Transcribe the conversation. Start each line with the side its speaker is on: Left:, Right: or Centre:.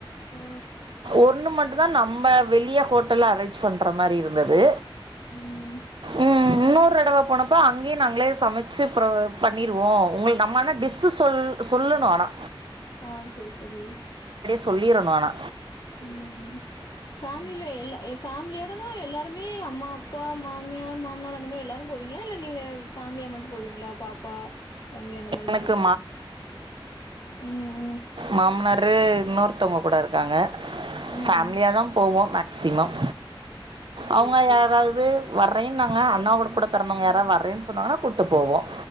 Left: ஆ
Right: ஒன்னு மட்டும் தா நம்ம வெளிய ஹோட்டல் அரேஞ்ச் பண்ற மாரி இருந்தது
Left: ம்
Right: ம் இன்னொ ரடவ போனப் ப அங்கயே நாங்ளே சமச் சு புறவு பண்ணிருவோ உங்களுக்கு நம்ம ஆனா டிஸ்ஸூ சொல் சொல்லணு ஆனா
Left: ஆஹ் செரி செரி
Right: சொல்லிரணு ஆனா
Left: உம் பேமிலில எல்லா ஃபேமிலியோடனா எல்லாருமே அம்மா அப்பா மாமியார் மாமனார் அந்த மாறி எல்லாரும் போவீங்களா இல்ல நீங்க ஃபேமிலியா மட்டும் போவீங்ளா பாப்பா தம்பி அந்த மாறி
Right: எனக்கு
Left: மட்டும் கூட்டு போ உம்உம்
Right: மாமனாரு இன்னொருத்தவங்க கூட இருக்காங்க
Left: ம்
Right: ஃபேமிலியாதான் போவோம் மேக்சிமம்
Left: சேரி
Right: அவுங்க
Left: சேரி
Right: யாராவது
Left: சேரி
Right: வர்றேன்னாங்க அண்ணா கூட கூட பொறந்தவங்க யாராவது வர்றேன்னு சொன்னங்கன்னா கூட்டு போவோம்